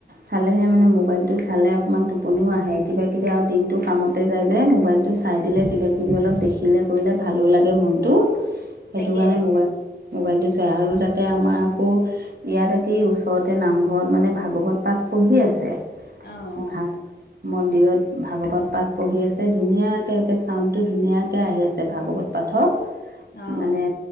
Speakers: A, on the right; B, on the left.
A: চালেহে মানে মোবাইলটো চালে অকণমান টোপনিও আহে, কিবা কিবি আৰু দিনটো কামতে যায় যে মোবাইলটো চাই দিলে কিবাকিবি অলপ দেখিলে কৰিলে ভালো লাগে মনটো। সেইটো
B: তাকে
A: কাৰণে মোবা মোবাইলটো চাই আৰু তাতে আমাৰ আকৌ ইয়াত একেই ওচ ওচৰতে নামঘৰত মানে ভাগৱত পাঠ পঢ়ি আছে,
B: অঁ অঁ
A: ভা মন্দিৰত ভাগৱত পাঠ পঢ়ি আছে, ধুনীয়াকে একে চাউণ্ডটো ধুনীয়াকে আহি আছে ভাগৱত পাঠৰ,
B: অঁ
A: মানে